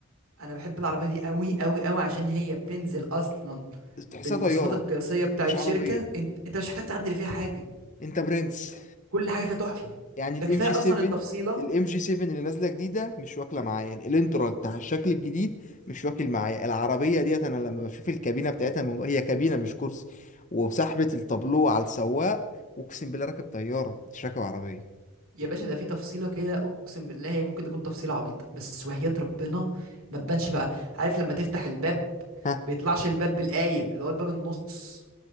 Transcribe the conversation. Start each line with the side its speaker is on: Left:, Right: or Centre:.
Right: انا بحب العربيه دي قوي قوي قوي عشان هي بتنزل اصلا
Left: تحسها
Right: بالمواصفات
Left: طيارة
Right: القياسيه بتاعت
Left: مش عربية
Right: شركه انت انت مش محتاج تعدل فيها حاجه
Left: انت برنس
Right: كل حاجه فيها تحفه
Left: يعني
Right: ده
Left: الام
Right: كفايه
Left: جي 7
Right: اصلا التفصيله
Left: الام جي 7 اللي نازله جديده مش واكله معايا الانترا بتاع الشكل الجديد مش واكل معايا العربيه ديت انا لما بشوف الكابينه بتاعتها من جوه هي كابينه مش كرسي وسحبه التابلو على السواق اقسم بالله راكب طياره مش راكب عربيه
Right: يا باشا ده في تفصيله كده اقسم بالله هي ممكن تكون تفصيله عبيطه بس وحياة ربنا ما تبانش بقى عارف لما تفتح الباب
Left: ها
Right: بيطلعش الباب بالقايم اللي هو الباب النص